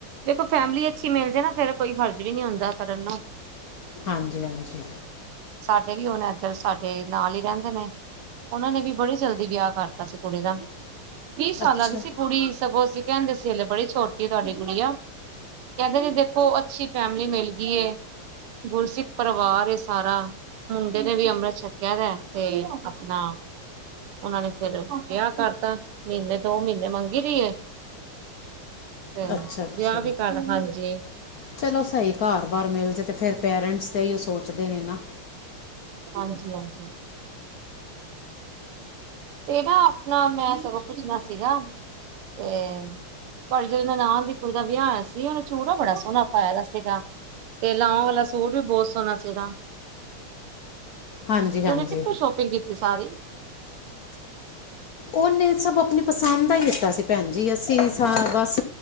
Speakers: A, on the right; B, on the left.
A: ਦੇਖੋ, ਫੈਮਿਲੀ ਅੱਛੀ ਮਿਲ ਜੇ ਨਾ ਫੇਰ ਕੋਈ ਹਰਜ਼ ਵੀ ਨੀ ਹੁੰਦਾ ਕਰਨ ਨੂੰ।
B: ਹਾਂਜੀ-ਹਾਂਜੀ।
A: ਸਾਡੇ ਵੀ ਹੁਣ ਏਧਰ ਸਾਡੇ ਨਾਲ ਈ ਰੈਂਦੇ ਨੇ। ਓਨਾਂ ਨੇ ਵੀ ਬੜੀ ਜਲਦੀ ਵਿਆਹ ਕਰਤਾ ਸੀ ਕੁੜੀ ਦਾ ਵੀਹ ਸਾਲਾਂ
B: ਅੱਛਾ
A: ਦੀ ਸੀ ਕੁੜੀ ਸਗੋਂ ਅਸੀ ਕੈਂਦੇ ਸੀ ਹਲੇ ਬੜੀ ਛੋਟੀ ਤੁਆਡੀ ਗੁੜੀਆ। ਕੈਂਦੇ ਨੇ ਦੇਖੋ ਅੱਛੀ ਫੈਮਲੀ ਮਿਲ ਗੀ ਏ ਗੁਰਸਿੱਖ ਪਰਿਵਾਰ ਏ ਸਾਰਾ। ਮੁੰਡੇ ਨੇ ਵੀ ਅੰਮ੍ਰਿਤ ਛਕਿਆ ਹੋਇਆ ਤੇ ਆਪਨਾ ਉਨਾਂ ਨੇ ਫੇਰ ਵਿਆਹ ਕਰਤਾ ਮੀਨੇ ਦੋ ਮੀਨੇ ਮੰਗੀ ਰਈ ਏ। <inaudible>
B: ਅੱਛਾ ਅੱਛਾ।
A: ਵਿਆਹ ਵੀ ਕਰ ਹਾਂਜੀ
B: ਚਲੋ ਸਈ ਘਰ ਬਾਰ ਮਿਲ ਜੇ ਤੇ ਫੇਰ ਪੇਰੇਂਟਸ ਤੇ ਇਓ ਸੋਚਦੇ ਨੇ ਨਾ।
A: ਹਾਂਜੀ ਹਾਂਜੀ। ਏ ਨਾ ਆਪਣਾ ਮੈਂ ਸਗੋਂ ਪੁੱਛਣਾ ਸੀਗਾ। ਏ ਤੁਆਡੀ ਜਦੋ ਨਣਾਨ ਦੀ ਕੁੜੀ ਦਾ ਵਿਆਹ ਹੋਇਆ ਸੀ ਓਨੇ ਚੂੜਾ ਬੜਾ ਸੋਣਾ ਪਾਇਆ ਸੀਗਾ। ਤੇ ਲਾਓਂ ਵਾਲਾ ਸੂਟ ਵੀ ਬੌਤ ਸੋਣਾ ਸੀਗਾ।
B: ਹਾਂਜੀ
A: ਤੇ
B: ਹਾਂਜੀ
A: ਓਨੇ ਕਿੱਥੋਂ ਸ਼ੋਪਿੰਗ ਕੀਤੀ ਸਾਰੀ।
B: ਓਨੇ ਸਭ ਆਪਨੀ ਪਸੰਦ ਦਾ ਈ ਲੀਤਾ ਸੀ ਭੈਣ ਜੀ ਅਸੀ ਵੀ ਸਾਰਾ ਬਸ।